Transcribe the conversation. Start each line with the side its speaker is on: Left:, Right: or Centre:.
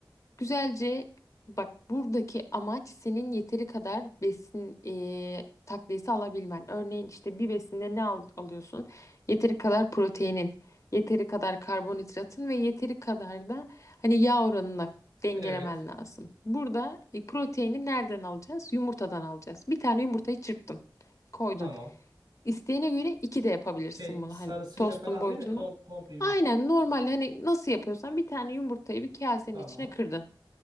Left: Güzelce bak buradaki amaç senin yeteri kadar besin e, takviyesi alabilmen. Örneğin işte bir besinde ne al- alıyorsun? Yeteri kadar proteinin, yeteri kadar karbonhidratın ve yeteri kadar da hani yağ oranına dengelemen
Right: Evet.
Left: lazım. Burada e, proteini nereden alacağız? Yumurtadan alacağız. Bir tane yumurtayı çırptın, koydun.
Right: Tamam.
Left: İsteğine göre iki de yapabilirsin
Right: Şey
Left: bunu
Right: sarısıyla
Left: hani tostun
Right: falan
Left: boyutunu.
Right: değil mi? Tom komple yumurta.
Left: Aynen normal hani nasıl yapıyorsan bir tane yumurtayı bir kasenin
Right: Tamam.
Left: içine kırdın.